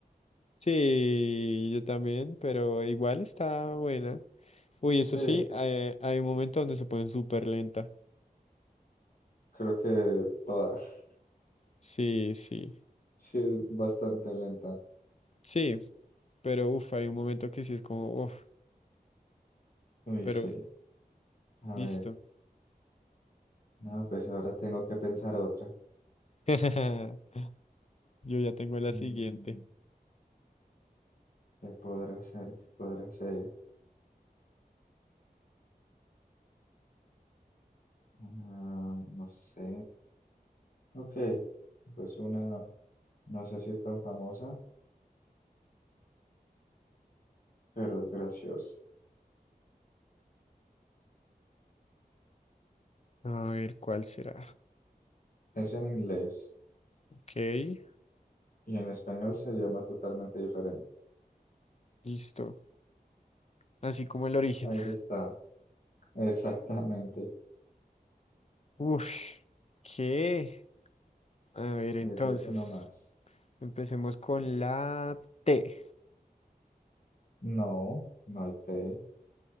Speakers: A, on the left; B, on the left.
A: Sí, yo también, pero igual está buena. Uy, eso
B: Sí,
A: sí, hay, hay un momento donde se ponen súper lenta.
B: creo que toda. <laughs>
A: Sí, sí,
B: Sí, es bastante lenta.
A: sí, pero uff, hay un momento que sí es como, uff,
B: Uy,
A: pero
B: sí. A
A: listo.
B: ver, no, pues ahora tengo que pensar otra.
A: <laughs> Yo ya tengo la
B: Mm,
A: siguiente.
B: ¿Qué podrá ser? ¿Qué podrá ser? Ah, no sé. Ok, pues una, no sé si es tan famosa, pero es graciosa.
A: A ver, ¿cuál será?
B: Es en inglés
A: Ok,
B: y en español se llama totalmente diferente.
A: listo. Así como el origen.
B: Ahí ya está, <laughs> exactamente.
A: Uff, ¿qué? A ver, entonces,
B: Es eso nomás.
A: empecemos con la T.
B: No, no hay T.